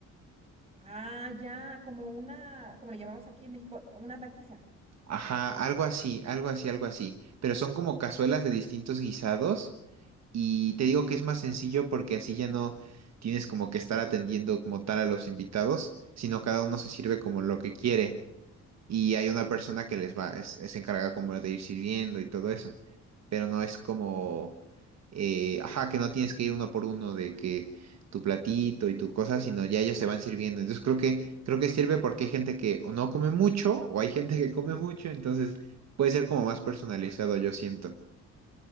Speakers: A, on the right; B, on the right.
A: Ah, ya, como una, como le llamamos aquí en México, una taquiza.
B: Ajá, algo así, algo así, algo así. Pero son como cazuelas de distintos guisados y te digo que es más sencillo porque así ya no tienes como que estar atendiendo como tal a los invitados, sino cada uno se sirve como lo que quiere. y hay una persona que les va, es, es encargada como de ir sirviendo y todo eso, pero no es como, eh, ajá, que no tienes que ir uno por uno de que tu platito y tu cosa, sino ya ellos se van sirviendo. Entonces creo que, creo que sirve porque hay gente que o no come mucho o hay gente que come mucho, entonces puede ser como más personalizado, yo siento.